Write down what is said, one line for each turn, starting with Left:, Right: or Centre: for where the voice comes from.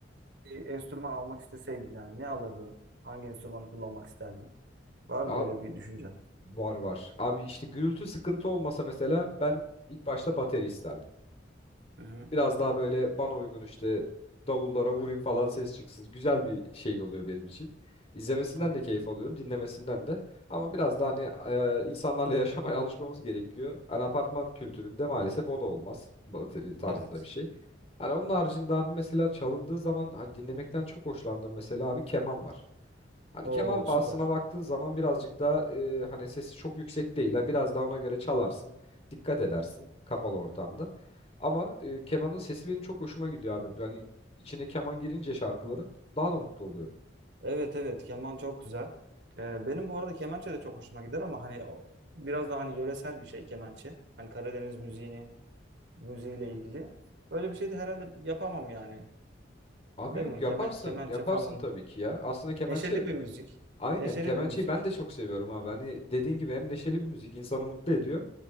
Right: bir enstrüman almak isteseydin yani ne alırdın? Hangi enstrümanı kullanmak isterdin? Var mı
Left: Ya
Right: öyle bir düşüncen?
Left: var var. Abi işte gürültü sıkıntı olmasa mesela ben ilk başta bateri isterdim.
Right: Hı hı.
Left: Biraz daha böyle bana uygun işte davullara vurayım falan ses çıksın. Güzel bir şey oluyor benim için. İzlemesinden
Right: Evet.
Left: de keyif alıyorum, dinlemesinden de. Ama biraz daha hani e, insanlarla <laughs> yaşamaya alışmamız gerekiyor. Hani apartman kültüründe maalesef o da olmaz. Balateli tarzında
Right: Evet.
Left: bir şey. Hani onun haricinde abi mesela çalındığı zaman hani dinlemekten çok hoşlandığım mesela abi keman var. Hani
Right: Oo
Left: keman bağısına
Right: süper.
Left: baktığın zaman birazcık daha e, hani sesi çok yüksek değil. Yani biraz daha ona göre çalarsın. Dikkat edersin kapalı ortamda. Ama e, kemanın sesi benim çok hoşuma gidiyor abi. Hani içine keman girince şarkıların daha da mutlu oluyorum.
Right: Evet evet keman çok güzel. Ee, benim bu arada kemençe de çok hoşuma gider ama hani o- biraz daha hani yöresel bir şey kemençe. Hani Karadeniz müziğini müziğiyle ilgili. Öyle bir şey de herhalde yapamam yani.
Left: Abi
Right: Değil
Left: yok
Right: mi?
Left: yaparsın.
Right: Kemen, kemençe
Left: Yaparsın
Right: falan.
Left: tabii ki ya. Aslında kemençe
Right: Neşeli bir müzik.
Left: aynen
Right: Neşeli
Left: kemençeyi
Right: bir müzik.
Left: ben de çok seviyorum abi. Hani dediğin gibi hem neşeli bir müzik insanı mutlu ediyor.